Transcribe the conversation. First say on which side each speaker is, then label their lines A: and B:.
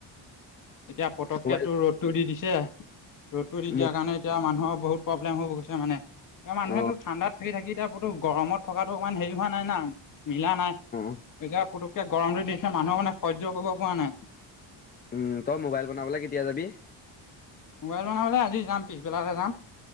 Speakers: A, on the left; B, on the left.
A: এতিয়া পতককে
B: মোবাইল
A: তোৰ ৰ'দটো দি দিছে ৰ'দটো দি
B: মোবাইল
A: দিয়াৰ কাৰণে এতিয়া মানুহৰ বহুত প্ৰব্লেম হৈ গৈছে মানে। এ মানুহেটো
B: অ
A: ঠাণ্ডাত থাকি থাকি এতিয়াতো গৰমত থকাটো অকমান হেৰি হোৱা নাই না। মিলা নাই।
B: অ
A: এতিয়া পুতুকে গৰমটো দিছে মানুহৰ সহয় কৰিব নাই।
B: উম তই মোবাইল বনাবলৈ কেতিয়া যাবি?
A: মোবাইল বনাবলৈ আজি যাম পিছবেলাকে যাম।